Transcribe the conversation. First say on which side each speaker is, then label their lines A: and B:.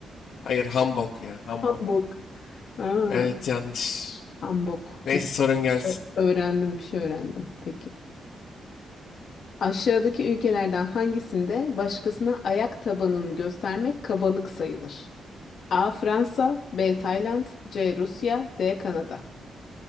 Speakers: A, on the left; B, on the left.
A: Hayır, hanbok ya, hanbok.
B: Hamburg. Aa,
A: Evet, yanlış.
B: Hamburg.
A: Neyse
B: Peki.
A: sorun gelsin.
B: Ö- Öğrendim bir şey öğrendim. Peki. Aşağıdaki ülkelerden hangisinde başkasına ayak tabanını göstermek kabalık sayılır? A. Fransa, B. Tayland, C. Rusya, D. Kanada.